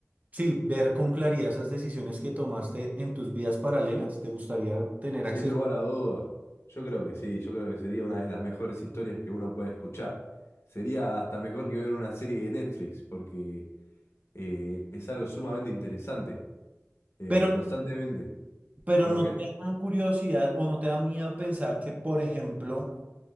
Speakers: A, on the right (about 35°); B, on the left (about 65°).
A: sí, ver con claridad esas decisiones que tomaste en tus vidas paralelas, ¿te gustaría tener
B: Sin
A: acceso?
B: lugar a duda, yo creo que sí, yo creo que sería una de las mejores historias que uno puede escuchar. Sería hasta mejor que ver una serie de Netflix, porque eh, es algo sumamente interesante, eh,
A: Pero,
B: constantemente.
A: pero
B: ¿Perdón
A: no
B: qué?
A: te da curiosidad o no te da miedo pensar que, por ejemplo,